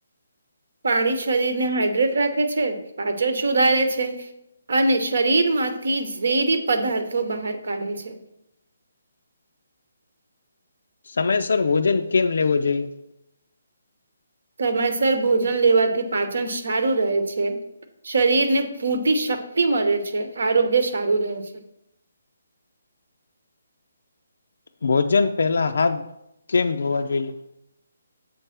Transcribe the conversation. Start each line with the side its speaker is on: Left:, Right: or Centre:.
Right: પાણી શરીર ને હાઈડ્રેટ રાખે છે. પાચન સુધારે છે. અને શરીર માંથી ઝેરી પદાર્થો બહાર કાઢે છે.
Left: સમયસર ભોજન કેમ લેવો જોઈએ.?
Right: સમયસર ભોજન લેવાથી પાચન સારું રહે છે. શરીર ને પૂરતી શક્તિ મળે છે. આરોગ્ય સારું રહે છે.
Left: ભોજન પહેલા હાથ કેમ ધોવા જોઈએ.?